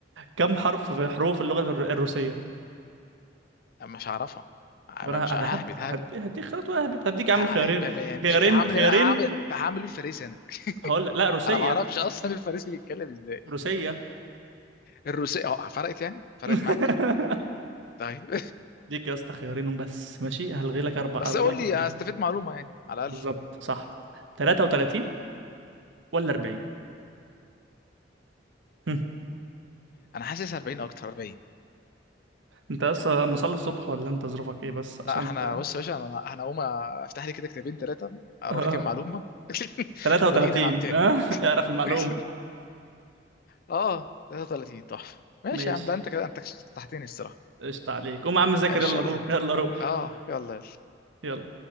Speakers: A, on the right; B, on the left.
A: كم حرف في حروف اللغه الر- الروسيه
B: <laughs> أما مش هعرفها أما
A: طب انا
B: مش ههبد
A: أنا هد-
B: ههبد
A: هد- هديك خيارات واهبد هديك يا عم
B: ه-
A: خيارين
B: يعني
A: خيارين
B: مش هعمل
A: خيارين
B: انا هعمل هعمل بيه الفريسي انا
A: هقول لك لا روسيه
B: انا ما اعرفش اصلا الفريسي بيتكلم ازاي
A: روسيه
B: الروسية اه فرقت يعني فرقت
A: <laughs>
B: معاك طيب
A: ديك يا اسطى خيارين بس ماشي هلغي لك
B: <laughs>
A: اربع
B: بس
A: هلغي
B: اقول
A: لك
B: لي
A: اتنين
B: هستفيد معلومة يعني على
A: بالظبط
B: الاقل
A: صح 33 ولا 40 <laughs>
B: انا حاسس 40 اكتر 40
A: انت لسه مصلي الصبح ولا انت ظروفك ايه بس
B: لا
A: عشان
B: احنا
A: انت
B: بص يا باشا انا انا هقوم افتح لي كده كتابين ثلاثة
A: <laughs>
B: اقرا
A: اه
B: لي كام معلومة <laughs>
A: 33
B: ونيجي نلعب تاني
A: اه <laughs> اعرف المعلومة
B: <laughs> اه 33 تحفة ماشي
A: ماشي
B: يا عم ده انت كده انت فتحتني الصراحة
A: قشطة عليك قوم يا عم ذاكر
B: ماشي
A: يلا
B: يلا
A: قوم يلا روح
B: اه يلا يلا
A: يلا